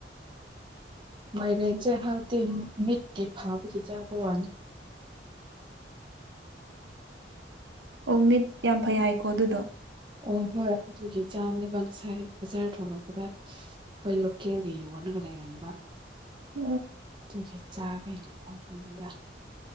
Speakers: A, on the right (about 30°); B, on the right (about 80°).
A: ꯃꯥꯏꯔꯦꯟꯁꯦ ꯍꯥꯎꯇꯤ ꯃꯤꯠꯀꯤ ꯐꯥꯕꯒꯤ ꯆꯥꯕ ꯋꯥꯅꯤ
B: <inaudible> ꯑꯣ ꯃꯤꯠ ꯌꯥꯝ ꯐꯩ ꯍꯥꯏꯀꯣ ꯑꯗꯨꯗꯣ
A: ꯑꯣ ꯍꯣꯏ ꯑꯗꯨꯒꯤ ꯆꯥꯝꯃꯅꯤꯕ ꯁꯥꯏ ꯕꯖꯥꯔ ꯊꯣꯂꯛꯄꯗ ꯍꯣꯏ ꯂꯣꯀꯦꯜꯒꯤ ꯌꯣꯟꯅꯒ ꯂꯩ ꯔꯝꯕ
B: <inaudible>
A: ꯑꯗꯨꯨꯒꯤ ꯆꯥꯈꯩꯅ ꯂꯧꯕꯅꯤꯗ